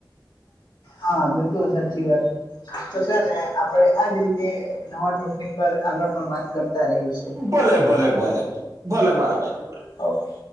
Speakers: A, on the left; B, on the right.
A: હા બિલકુલ સાચી વાત. તો છે ને આપણે આજ રીતે નવા ટોપિક પર આગળ પણ વાત કરતા રહીશું.
B: ભલે ભલે ભલે ભલે ભલે મારા ભાઈ.
A: ઓકે.